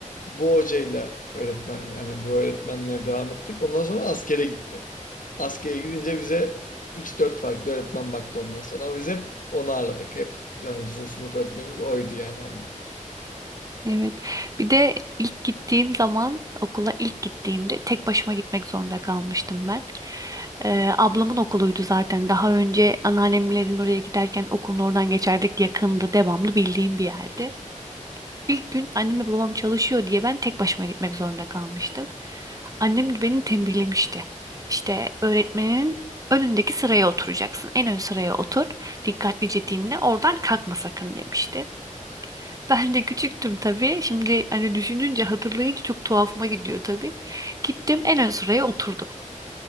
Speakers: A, on the left; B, on the right.
A: Bu hocayla öğretmen, yani bu öğretmenle devam ettik. Ondan sonra askere gitti. Askere gidince bize üç dört farklı öğretmen baktı ondan sonra. Ama Biz hep onu aradık. Hep yani bizim sınıf öğretmenimiz oydu yani hani.
B: Evet. Bir de ilk gittiğim zaman okula ilk gittiğimde tek başıma gitmek zorunda kalmıştım ben. Ee, ablamın okuluydu zaten. Daha önce anneannemlerin oraya giderken okulun oradan geçerdik. Yakındı, devamlı bildiğim bir yerdi. İlk gün annemle babam çalışıyor diye ben tek başıma gitmek zorunda kalmıştım. Annem de beni tembihlemişti. İşte öğretmenin önündeki sıraya oturacaksın. En ön sıraya otur. Dikkatlice dinle. Oradan kalkma sakın demişti. Ben de küçüktüm tabii. Şimdi hani düşününce hatırlayınca çok tuhafıma gidiyor tabii. Gittim en ön sıraya oturdum.